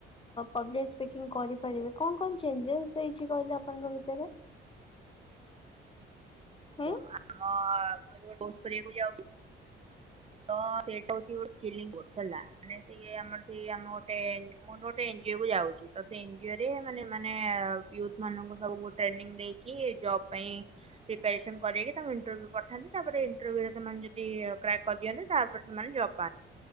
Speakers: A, on the left (about 25°); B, on the right (about 30°).
A: ପବ୍ଲିକ ସ୍ପିକିଙ୍ଗ କରିପାରିବେ କଣ କଣ ଚେଞ୍ଜେସ୍ ହେଇଛି କହିଲେ ଆପଣଙ୍କ ଭିତରେ? ହୁଁ।
B: କଣ ଆମ ମୁଁ ଏ କୋସ୍ କରିବାକୁ ଯାଉଛି। ତ ସେଇଟା ହଉଚି ଗୋଟେ ସ୍କିଲିଗ୍ ବୋଶ ହେଲା ମାନେ ସେ ଆମର ସେଇ ଆମ ଗୋଟେ ମୋର ଗୋଟେ ଏନଜିଓ କୁ ଯାଉଛି ତ ସେ ଏନଜିଓ ରେ ମାନେ ମାନେ ୟୁଥ୍ ମାନଙ୍କୁ ସବୁ ଟ୍ରେନିଂ ଦେଇକି ଜବ୍ ପାଇଁ
A: <unintelligible>
B: ପ୍ରିପାରେସନ୍ କରାଇକି ତାଙ୍କୁ ଇଣ୍ଟରଭ୍ୟ ପଠାନ୍ତି ତାପରେ ଇଣ୍ଟରଭ୍ୟୁରେ ସେମାନେ ଯଦି କ୍ରାକ୍ କରିଦିଅନ୍ତ ତାପରେ ସେମାନେ ଜବ୍। ପା